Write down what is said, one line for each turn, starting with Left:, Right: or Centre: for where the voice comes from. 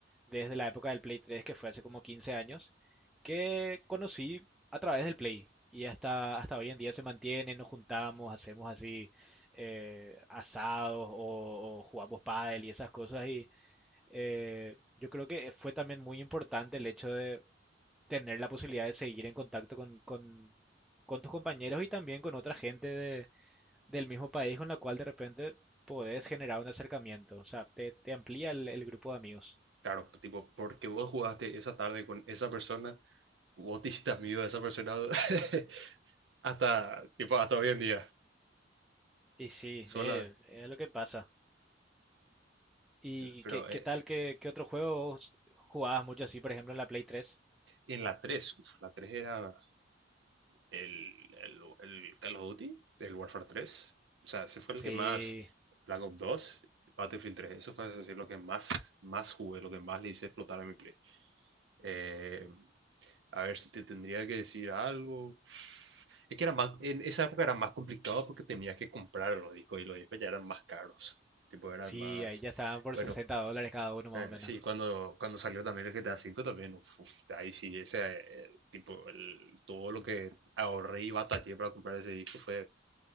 Centre: desde la época del Play 3, que fue hace como 15 años, que conocí a través del Play. Y hasta, hasta hoy en día se mantiene, nos juntamos, hacemos así eh, asados o, o jugamos pádel y esas cosas. Y eh, yo creo que fue también muy importante el hecho de tener la posibilidad de seguir en contacto con, con- con tus compañeros y también con otra gente de- del mismo país con la cual de repente podés generar un acercamiento. O sea, te, te amplía el el grupo de amigos.
Right: claro, tipo, porque vos jugaste esa tarde con esa persona, vos te hiciste amigo de esa persona <laughs> hasta, tipo, hasta hoy en día,
Centre: Y sí,
Right: sola.
Centre: eh, es lo que pasa. ¿Y
Right: Pero
Centre: qué, qué
Right: eh,
Centre: tal? ¿Qué, qué otro juego vos jugabas mucho así, por ejemplo, en la Play tres
Right: en la tres uf, la 3 era el, el, el Call of Duty, el Warfare tres O sea, ese fue
Centre: Sí,
Right: el que más, Black Ops dos Battlefield tres eso fue así, lo que más, más jugué, lo que más le hice explotar a mi play. Eh, a ver si te tendría que decir algo. Es que era más, en esa época era más complicado porque tenías que comprar los discos y los discos ya eran más caros. Tipo, eran
Centre: sí,
Right: más.
Centre: ahí ya estaban por
Right: Bueno,
Centre: 60 dólares cada uno más
Right: bueno,
Centre: o menos.
Right: sí, cuando, cuando salió también el GTA cinco también, uf, uf, ahí sí, ese, el tipo, el- todo lo que ahorré y batallé para comprar ese disco fue